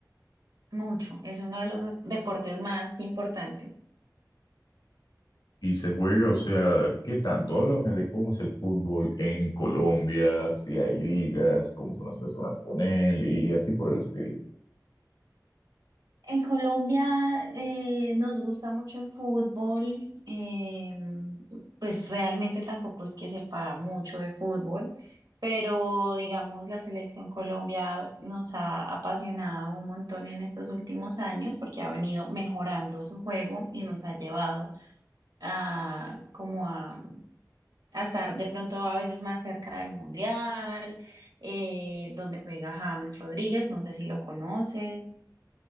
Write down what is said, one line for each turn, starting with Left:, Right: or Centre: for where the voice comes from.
Right: Mucho. Es uno de los deportes más importantes.
Left: Y se juega, o sea, ¿qué tanto? Háblame de cómo es el fútbol en Colombia, si hay ligas, cómo son las personas con él y así por el estilo.
Right: En Colombia eh, nos gusta mucho el fútbol. eh, pues realmente tampoco es que sepa mucho de fútbol, pero digamos la selección Colombia nos ha apasionado un montón en estos últimos años porque ha venido mejorando su juego y nos ha llevado a como a a estar de pronto a veces más cerca del Mundial, eh, donde juega James Rodríguez, no sé si lo conoces.